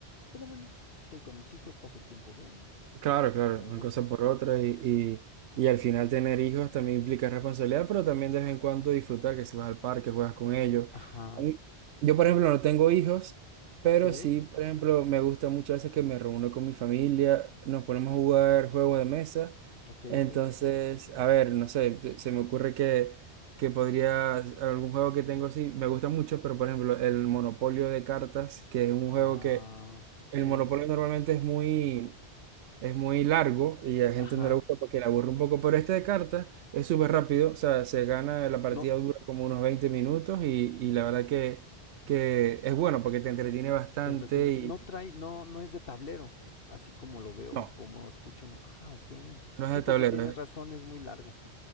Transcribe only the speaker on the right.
Claro, claro,
una
cosa por otra y, y, y al final tener hijos también implica responsabilidad, pero también de vez en cuando disfrutar, que si vas al parque, juegas con ellos.
A mí- Yo, por ejemplo, no tengo hijos,
pero sí, por ejemplo, me gusta mucho veces que me reúno con mi familia, nos ponemos a jugar juegos de mesa.
Entonces,
a ver, no sé, te- se me ocurre que, que podría, algún juego que tengo, sí, me gusta mucho, pero por ejemplo, el Monopolio de cartas, que es un
juego que,
el Monopolio normalmente es muy es muy largo y a la gente
no le gusta porque le aburre un poco, pero este de cartas es súper rápido, o sea, se gana, la partida
dura como unos 20 minutos y, y la verdad que, que es bueno porque te entretiene bastante
y
no,
no
es de
tablero,
es-